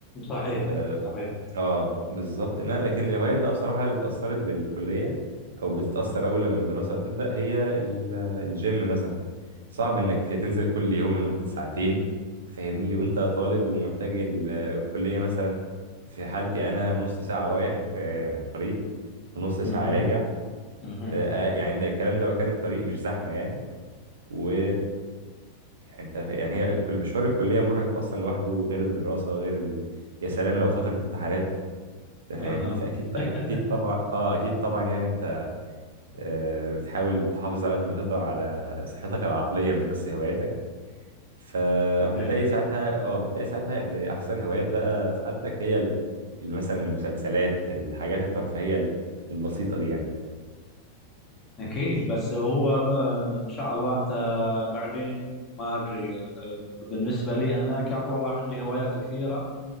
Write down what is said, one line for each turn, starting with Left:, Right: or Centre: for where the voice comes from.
Left: صحيح
Right: آه،
Left: صحيح
Right: اه بالظبط إن- أنا- لكن الهوايات بقى بصراحة اللي اتأثرت بالكلية أو بتتأثر أول لما الدراسة تبدأ هي ال- الجيم مثلا صعب إنك تنزل كل يوم لمدة ساعتين فاهمني وأنت طالب ومحتاج ال- الكلية مثلا في حالتي أنا نص ساعة رايح آه، يعني طريق ونص ساعة
Left: اها
Right: راجع
Left: اها
Right: آه، آه، يعني ده الكلام ده لو كان الطريق مش زحمة يعني و يعني انت فا- يعني هي الكل- مشوار الكلية مرهق أصلا لوحده غير الدراسة غير ال... يا سلام لو فترة امتحانات انت
Left: اها
Right: فاهمني فاكيد
Left: <laughs>
Right: اكيد طبعا اه اكيد طبعا يعني انت آه، بتحاول تحافظ على قد ما تقدر على صحتك العقليه مش بس هواياتك فبتلاقي
Left: صحيح
Right: ساعتها اه بتلاقي ساعتها ان احسن هوايات بقى في حالتك هي ال- ال- مثلا المسلسلات الحاجات الترفيهيه ال- البسيطه دي يعني
Left: اكيد بس هو ط- ان شاء الله انت بعدين ما ادري أم، بالنسبه لي انا كانت والله عندي هوايات كثيره